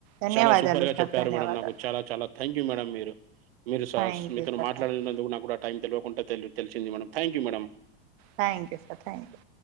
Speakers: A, on the right; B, on the right.
A: ధన్యవాదాలు
B: చాలా సూపర్ గా
A: సార్
B: చెప్పారు
A: ధన్యవాదాలు
B: మేడం నాకు చాలా చాలా థ్యాంక్ యూ మేడం మీరు మీరు సాస్
A: థ్యాంక్
B: మీతోను
A: యూ సార్
B: మాట్లాడనందుకు
A: థ్యాంక్ యూ
B: నాక్కూడా టైం తెలియకుండా తెలి తెసింది madam thank you madam
A: thank you sir thank you